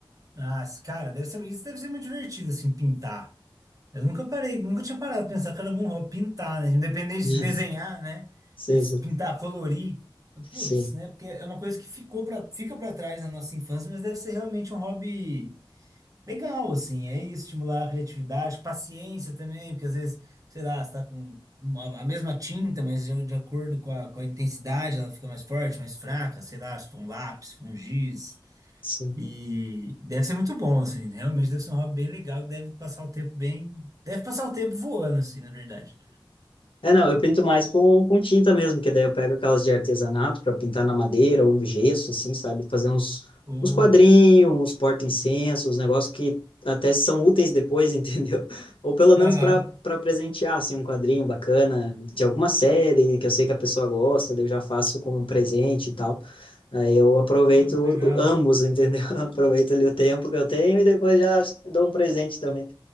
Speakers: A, on the right; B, on the left.
A: Ah, cara, deve ser, isso deve ser muito divertido, assim, pintar. Eu nunca parei, nunca tinha parado pra pensar, cara, é bom, vou pintar, né? Independente
B: <laughs>
A: de desenhar, né?
B: Sim,
A: Mas
B: sim.
A: pintar, colorir, putz,
B: Sim,
A: né? Porque é uma coisa que ficou pra, fica pra trás na nossa infância, mas deve ser realmente um hobby legal, assim. É isso, estimular a criatividade, paciência também, porque às vezes, sei lá, você tá com uma- a mesma tinta, mas de, de acordo com a, com a intensidade, ela fica mais forte, mais fraca, sei lá, se for um lápis, se for um giz.
B: sim.
A: E deve ser muito bom, assim. Realmente deve ser um hobby bem legal, que deve passar o tempo bem. Deve passar o tempo voando, assim, na verdade.
B: É, não, eu pinto mais com, com tinta mesmo, que daí eu pego aquelas de artesanato para pintar na madeira ou no gesso, assim, sabe? Fazer uns,
A: Ô,
B: uns quadrinhos, uns porta-incensos, uns negócios que até são úteis depois, <laughs> entendeu? Ou pelo
A: Aham.
B: menos para para presentear, assim, um quadrinho bacana de alguma série que eu sei que a pessoa gosta, daí eu já faço como um presente e tal. Aí eu aproveito
A: Pô, que legal.
B: o- ambos, entendeu? <laughs> Aproveito ali o tempo que eu tenho e depois já dou um presente também.